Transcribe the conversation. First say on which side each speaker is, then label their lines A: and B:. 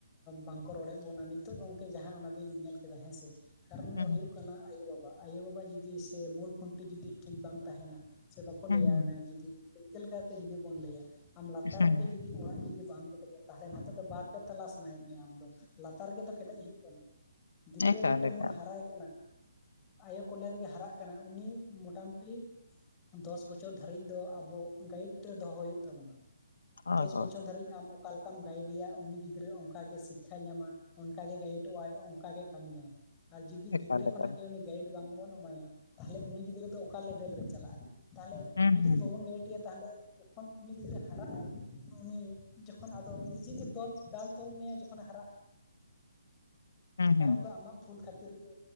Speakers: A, on the left; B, on the left.
A: ᱵᱟᱝᱠᱚ ᱨᱚᱲᱮᱫ ᱵᱚᱱᱟ ᱾ ᱱᱤᱛᱚᱜ ᱜᱚᱝᱠᱮ ᱡᱟᱦᱟᱸ ᱚᱱᱟ ᱫᱚᱧ ᱧᱮᱞ ᱠᱮᱫᱟ ᱦᱮᱸ ᱥᱮ ᱾ ᱠᱟᱨᱚᱱ
B: ᱦᱩᱸ
A: ᱫᱚ ᱦᱩᱭᱩᱜ ᱠᱟᱱᱟ ᱟᱭᱳᱼᱵᱟᱵᱟ, ᱟᱭᱳᱼᱵᱟᱵᱟ ᱡᱩᱫᱤ ᱥᱮ ᱢᱩᱞ ᱠᱷᱩᱱᱴᱤ ᱡᱩᱫᱤ ᱴᱷᱤᱠ ᱵᱟᱝ ᱛᱟᱦᱮᱱᱟ ᱾ ᱥᱮ ᱵᱟᱠᱚ
B: ᱦᱩᱸ
A: ᱞᱟᱹᱭᱟ
B: ᱦᱩᱸ
A: ᱚᱱᱮ ᱡᱩᱫᱤ ᱠᱟᱹ ᱞᱮᱠᱟᱛᱮ ᱡᱩᱫᱤ ᱵᱚᱱ ᱞᱟᱹᱭᱟ ᱟᱢ ᱞᱟᱛᱟᱨ
B: ᱦᱩᱸ
A: ᱨᱮᱜᱮ ᱡᱩᱫᱤ ᱚᱲᱟᱜ ᱡᱩᱫᱤ ᱵᱟᱢ ᱫᱮ ᱛᱟᱦᱚᱞᱮ ᱚᱱᱛᱮ ᱫᱚ ᱵᱟᱫᱮ ᱛᱟᱞᱟ ᱥᱟᱱᱟᱭᱮᱫ ᱢᱮᱭᱟ ᱟᱢ ᱫᱚ ᱞᱟᱛᱟᱨ ᱨᱮ ᱜᱮᱛᱚ ᱠᱮᱴᱮᱡ ᱦᱩᱭᱩᱜ ᱛᱟᱢᱟ, ᱜᱤᱫᱽᱨᱟᱹ
B: ᱮᱠᱟᱞ
A: ᱢᱤᱫᱴᱟᱝ
B: ᱮᱠᱟᱞ
A: ᱵᱚᱱ ᱦᱟᱨᱟᱭ ᱠᱟᱱᱟ, ᱟᱭᱳ ᱠᱚᱞᱮ ᱨᱮᱜᱮ ᱦᱟᱨᱟᱜ ᱠᱟᱱᱟ ᱩᱱᱤ ᱢᱚᱴᱟᱢᱩᱴᱤ ᱫᱚᱥ ᱵᱚᱪᱷᱚᱨ ᱫᱷᱟᱹᱨᱤᱡ ᱫᱚ ᱟᱵᱚ ᱜᱟᱭᱤᱰ ᱛᱮ ᱫᱚᱦᱚ ᱦᱩᱭᱩᱜ ᱛᱟ ᱾
B: ᱦᱳᱭ
A: ᱫᱚᱥ
B: ᱦᱳᱭ
A: ᱵᱚᱪᱷᱚᱨ
B: ᱦᱳᱭ
A: ᱫᱷᱟᱨᱤᱡ ᱟᱢ ᱚᱠᱟ ᱞᱮᱠᱟ ᱟᱢ ᱜᱟᱭᱤᱰᱮᱭᱟ ᱩᱱᱤ ᱜᱤᱫᱽᱨᱟᱹ ᱚᱱᱠᱟ ᱜᱮ ᱥᱤᱠᱠᱟᱭ ᱧᱟᱢᱟ, ᱚᱱᱠᱟᱜ ᱜᱮ ᱜᱟᱭᱤᱰᱚᱜ ᱟᱭ ᱚᱱᱠᱟ ᱜᱮ ᱠᱟᱹᱢᱤᱭᱟᱭ ᱾ ᱟᱨ ᱡᱩᱫᱤ
B: ᱮᱠᱟᱞ
A: ᱜᱤᱫᱽᱨᱟᱹ ᱠᱷᱚᱱᱟᱜ
B: ᱮᱠᱟᱞ
A: ᱜᱮ ᱩᱱᱤ ᱜᱟᱭᱤᱰ ᱵᱟᱝ ᱵᱚᱱ ᱮᱢᱟᱭᱟ, ᱛᱟᱦᱚᱞᱮ ᱩᱱᱤ ᱜᱤᱫᱽᱨᱟᱹ ᱫᱚ ᱚᱠᱟ ᱞᱮᱵᱮᱞ ᱨᱮ ᱪᱟᱞᱟᱜᱼ ᱟᱭ ᱾ ᱛᱟᱦᱚᱞᱮ
B: ᱦᱩᱸ
A: ᱩᱱᱤ
B: ᱦᱩᱸ
A: ᱡᱩᱫᱤ ᱵᱟᱵᱚᱱ ᱜᱟᱭᱤᱰᱤᱭᱟ ᱛᱟᱦᱚᱞᱮ ᱡᱚᱠᱷᱚᱱ ᱩᱱᱤ ᱜᱤᱫᱽᱨᱟᱹ ᱦᱟᱨᱟᱜ ᱟᱭ ᱩᱱᱤ ᱡᱚᱠᱷᱚᱱ ᱟᱫᱚ ᱱᱤᱡᱮ ᱫᱚ ᱫᱟᱞ ᱛᱚᱞ ᱢᱮᱭᱟᱭ ᱡᱚᱠᱷᱚᱱᱮ ᱦᱟᱨᱟᱜ ᱾
B: ᱦᱩᱸ
A: ᱠᱟᱨᱚᱱ
B: ᱦᱩᱸ
A: ᱫᱚ ᱟᱢᱟᱜ ᱵᱷᱩᱞ ᱠᱷᱟᱹᱛᱤᱨ ᱜᱮ